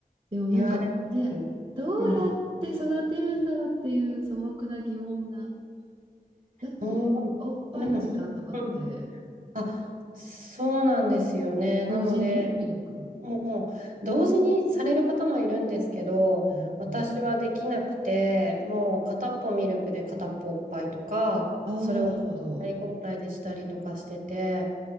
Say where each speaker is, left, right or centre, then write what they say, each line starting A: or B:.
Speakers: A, on the right; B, on the right.
A: でもなんか、
B: 言われます。
A: ね、どうやって育てるんだろうっていう素朴な疑問が。
B: うん。
A: だって、
B: も
A: おっぱいの時間とかって、
B: う、でも、うん。あ、そうなんですよね。
A: 同時にミルク。
B: なので、もう、同時にされる方もいるんですけど、
A: うん。
B: 私はできなくて、もう片っぽミルクで片っぽおっぱいとか、
A: ああ、
B: それを交代交代でしたりとかしてて、
A: なるほど。